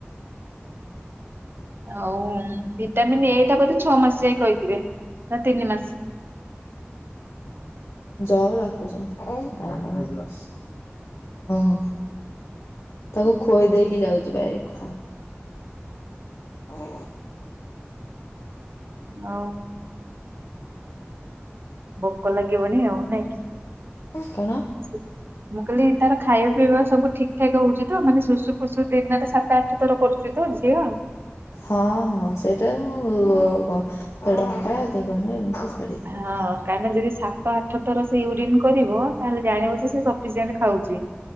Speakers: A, on the right (about 55°); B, on the left (about 85°).
A: ଆଉ ଭିଟାମିିନ ଏ ଟା ବୋଧେ ଛଅ ମାସ ଯାଏ କହିଥିବେ ନା ତିନି ମାସ।
B: ଜଅ ଡାକୁଛନ୍ତି ଆ ହଁ ହଁ। ତାକୁ ଖୋଏଇ ଦେଇକି ଯାଉଛି ପା ଏ ଖା ଆ।
A: ଆଉ। ଭୋକ ଲାଗିବଣି ଆଉ ନାଇଁ।
B: କଣ?
A: ସ୍। ମୁଁ କହିଲି ତାର ଖାଇବା ପିଇବା ସବୁ ଠିକ ଠାକ ହଉଛି ତ ମାନେ ଶୁଶୁ ଫୁସୁ ଦିନରେ ସାତ, ଆଠ ଥର କରୁ ଚି ତ ଝିଅ।
B: ହଁ ହଁ ସେଇଟା ମୁଁ ଅ ଦେଢ ଘଣ୍ଟା ଦି ଘଣ୍ଟା ଏମିତି ଛାଡିକି ଯାଉଛି।
A: ହଁ। କାହିଁକି ନା ଯଦି ସାତ, ଆଠ ଥର ସେ ୟୁରିନ କରିବ ତାହେଲେ ଜାଣିବ ଯେ ସିଏ ସଫିସିଏଣ୍ଟ ଖାଉଛି।